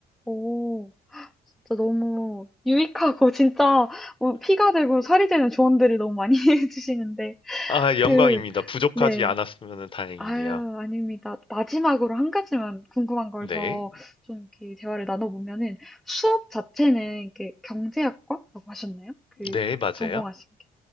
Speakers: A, in the centre; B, on the left (about 30°).
A: 어. 진짜 너무 유익하고 <laughs> 진짜 뭐 피가 되고 살이 되는 조언들을 너무 많이 <laughs> 해주시는데
B: 아,
A: 그
B: 영광입니다. 부족하지
A: 네.
B: 않았으면 다행이네요.
A: 아유, 아닙니다. 마지막으로 한 가지만 궁금한 걸
B: 네.
A: 더 좀 이렇게 대화를 나눠보면은 수업 자체는 이렇게 경제학과라고 하셨나요? 그
B: 네, 맞아요.
A: 전공하신 게.